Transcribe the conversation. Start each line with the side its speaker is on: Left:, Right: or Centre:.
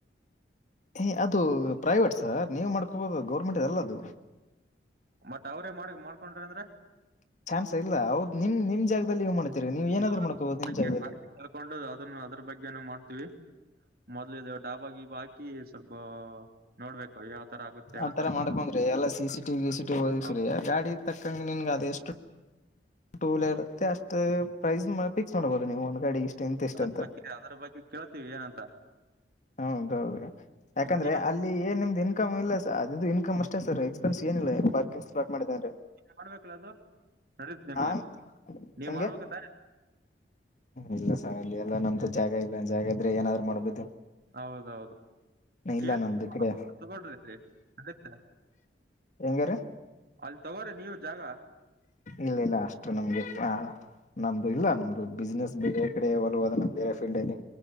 Left: ತಿ ಅದು ಪ್ರೈವೇಟ್ ಸರ್ ನೀವು ಮಾಡ್ಕೊಬೋದು ಗೌರ್ಮೆಂಟ್ದಲ್ಲ ಅದು.
Right: ಮತ್ ಅವ್ರೇ ಮಾಡಿ ಮಾಡ್ಕೊಂಡ್ರ ಅಂದ್ರೆ.
Left: ಚಾನ್ಸೆ ಇಲ್ಲ ಹೌದು. ನಿಮ್ ನಿಮ್ ಜಾಗದಲ್ಲಿ ನೀವು ಮಾಡ್ತೀರಿ ನೀವ್
Right: <unintelligible>
Left: ಏನಾದ್ರು ಮಾಡ್ಕೋಬಹುದು ನಿಮ್
Right: ಬಗ್ಗೆ
Left: ಜಾಗದಲ್ಲಿ
Right: ಮಾಹಿತಿ ತಿಳ್ಕೊಂಡು ಅದ್ರ ಅದ್ರ ಬಗ್ಗೆನೆ ಮಾಡ್ತೀವಿ. ಮೊದ್ಲುದು ಡಾಬಾ ಗಿಬ ಹಾಕಿ ಸ್ವಲ್ಪ ನೋಡ್ಬೇಕು ಯಾವ. ತರ ಆಗುತ್ತೆ ಯಾವ
Left: ಆತರ
Right: ತರ ಇಲ್ಲ
Left: ಮಾಡ್ಕೊಂಡ್ರಿ ಎಲ್ಲಾ C C T V C T ಒದಸ್ರಿ
Right: ಅವ್ರು
Left: ಗಾಡಿ. ತಕ್ಕಂಗೆ ನಿನ್ಗೆ ಅದು ಎಷ್ಟು. ಟೂ ವೀಲರ್ ಇರತ್ತೆ ಅಷ್ಟು ಪ್ರೈಸ್ ನ ಫಿಕ್ಸ್ ಮಾಡ್ಬಬೇಕ. ನೀವು ಒಂದಗಾಡಿ ಇಷ್ಟ ಇಂತ ಇಷ್ಟ
Right: ಅದ್ರ
Left: ಅಂತ
Right: ಬಗ್ಗೆ ಅದ್ರ ಬಗ್ಗೆ ಕೇಳ್ತೀವಿ ಏನಂತ
Left: ಹೌದೌದು ಯಾಕಂದ್ರೆ
Right: ಮತ್ತ್ ನೀವು
Left: ಅಲ್ಲಿ ಏನ್ ನಿಮ್ದ. ಇನ್ಕಮ ಇಲ್ಲ ಸ ಅದು ಇನ್ಕಮ ಅಷ್ಟೇ ಸರ್ ಎಕ್ಸ್ಪೆನ್ಸ್. ಏನಿಲ್ಲ ಪಾರ್ಕಿಂಗ್ ಸ್ಲಾಟ್ ಮಾಡಿದಂದ್ರೆ.
Right: ಮಾಡ್ಬೇಕಲ್ಲ ಅದು <unintelligible>
Left: ಆನ್
Right: ನೀವ್
Left: ಹೆಂಗೆ
Right: ಮಾಡ್ಬೇಕತ್ತ.
Left: ಇಲ್ಲ ಸರ್ ಅಲ್ಲಿ ಎಲ್ಲಾ ನಮ್ದು ಜಾಗ ಇಲ್ಲ ಜಾಗ ಇದ್ರೆ ಏನಾದ್ರು ಮಾಡ್ಬೋದು.
Right: ಹೌದೌದು <unintelligible>
Left: ಇಲ್ಲ ನಮ್ದು ಕಡೆ
Right: ನಡತ
Left: ಹೆಂಗಾರ
Right: ಅ. ತಗೋರಿ ನೀವು ಜಾಗ.
Left: ಇಲ್ಲ ಇಲ್ಲ ಅಷ್ಟು ನಮ್ಗೆ ಆ ನಮ್ದು ಇಲ್ಲ ನಮ್ದು ಬಿಸ್ನೆಸ್ ಬೇರೆ ಕಡೆ ಒಲವದ ನಮ್ದು ಬೇರೆ ಫೀಲ್ಡ್ ಅಲ್ಲಿ.